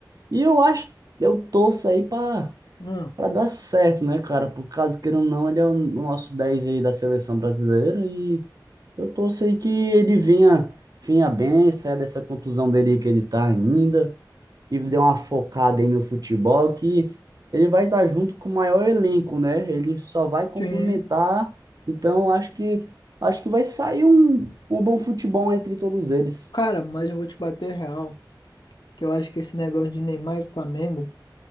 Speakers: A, on the right (about 50°); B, on the left (about 65°).
A: E eu acho, eu torço aí pra,
B: Não,
A: pra dar certo, né, cara? Por caso queira ou não, ele é o nosso 10 aí da seleção brasileira e. Eu torço aí que ele venha, venha bem, saia dessa contusão dele que ele tá ainda e dê uma focada aí no futebol que ele vai estar junto com o maior elenco, né? Ele só vai complementar.
B: sim.
A: Então acho que acho que vai sair um, um bom futebol entre todos eles.
B: Cara, mas eu vou te bater real, que eu acho que esse negócio de Neymar e Flamengo